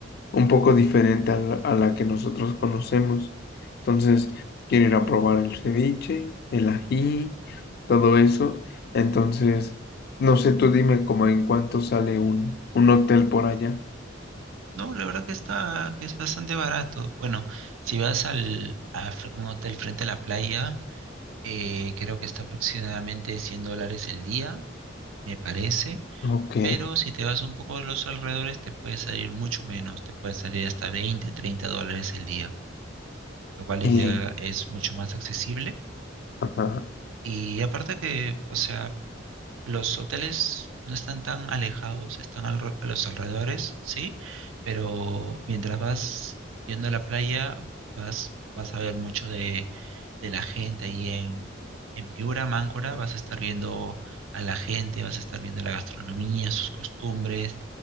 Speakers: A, on the left; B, on the right.
A: un poco diferente a la, a la que nosotros conocemos. Entonces, quiero ir a probar el ceviche, el ají, todo eso. Entonces, no sé, tú dime como en cuánto sale un, un hotel por allá.
B: No, la verdad que está, que es bastante barato. Bueno, si vas al, a fr- un hotel frente a la playa, eh, creo que está aproximadamente 100 dólares el día, me parece.
A: Ok.
B: Pero si te vas un poco a los alrededores, te puede salir mucho menos, te puede salir hasta 20, 30 dólares el día, lo cual
A: y-
B: ya es mucho más accesible.
A: Ajá.
B: Y aparte que, o sea, Los hoteles no están tan alejados, están alro- a los alrededores, sí, pero mientras vas yendo a la playa, vas, vas a ver mucho de, de la gente ahí en, en Piura, Máncora, vas a estar viendo a la gente, vas a estar viendo la gastronomía, sus costumbres,